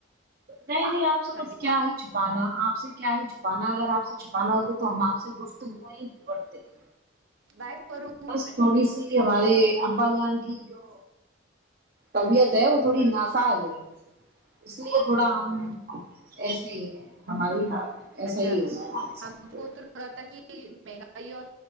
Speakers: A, on the right; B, on the right.
A: نہیں نہیں آپ سے
B: ہاں
A: کچھ
B: جی
A: کیا ہی چھپانا آپ سے کیا ہی چھپانا اگر آپ سے چھپانا ہوتا تو ہم آپ سے گفتگوئیں ہی بڑھتے ہیں
B: بائے کروں
A: بس تھوڑی سی ہماری ابا جانک جو طبیعت ہے وہ تھوڑی
B: اچھا
A: ناساج ہے اس لیے تھوڑا ہم
B: ہاں
A: ایسے ہی ہیں ہماری ایسا
B: اچھا
A: ہی ہونا ہے ہمارے ساتھ
B: ہم
A: تھڑا
B: کو تو لگا تھا کہ مہنگائی اور